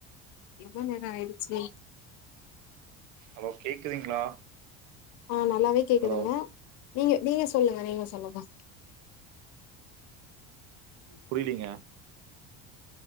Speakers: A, on the left; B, on the right.
A: எவ்ளோ நேரோ ஆயிடுச்சு
B: ஹலோ கேக்குதுங்களா
A: ஆஹ் நல்லாவே கேக்குதுங்க
B: ஹலோ
A: நீங்க நீங்க சொல்லுங்க நீங்க சொல்லுங்க
B: புரிலீங்க